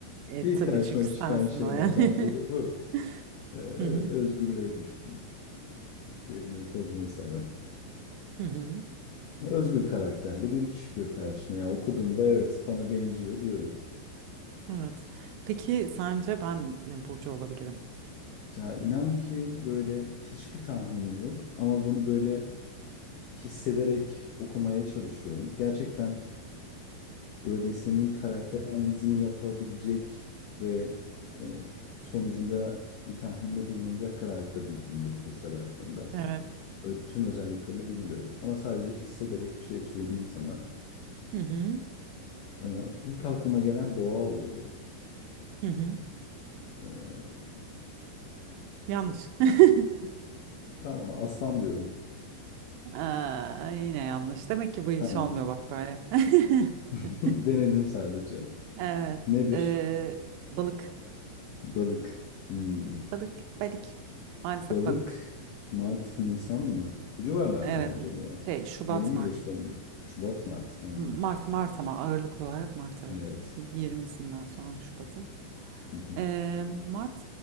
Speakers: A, on the right; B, on the left.
A: E,
B: İlk
A: tabii
B: karşıma
A: çünkü
B: çıkan
A: sensin
B: şeylerden
A: o yani.
B: biri
A: <laughs>
B: bu. Ee, evet
A: Hı hı,
B: özgürlüğe düşkün. Gezmeyi tozmayı seven.
A: hı hı.
B: Özgür karakterli biri çıkıyor karşına. Ya okuduğumda evet bana benziyor diyorum.
A: Evet. Peki sence ben ne burcu olabilirim?
B: Ya inan ki böyle hiçbir tahminim yok ama bunu böyle hissederek okumaya çalışıyorum. Gerçekten böyle senin karakter analizini yapabilecek ve e, sonucunda bir tahminde bulunacak kadar da bilgim yok burçlar hakkında.
A: Evet.
B: Ö- Tüm özelliklerini bilmiyorum ama sadece hissederek bir şey söyleyeyim sana.
A: Hı hı,
B: Ee, ilk aklıma gelen boğa oldu.
A: hı hı.
B: Ee,
A: Yanlış. <laughs>
B: tamam aslan diyorum.
A: Aa, yine yanlış. Demek ki bu iş
B: Tamam.
A: olmuyor bak böyle. <laughs>
B: <laughs> Denedim sadece.
A: Evet.
B: Nedir?
A: Ee, balık.
B: Balık. Hmm.
A: Balık. Balık. Maalesef
B: Balık
A: balık.
B: Mart, Nisan mı? Bu civarlarda
A: Evet.
B: mı acaba?
A: Şey Şubat
B: Yeni mi
A: Mart.
B: geçti 10 gün? Şubat, Mart. Hmm,
A: Mart Mart ama ağırlık olarak Mart evet.
B: evet.
A: Y- Yirmisinden sonra Şubat'ın.
B: Hı hı.
A: Ee, Mart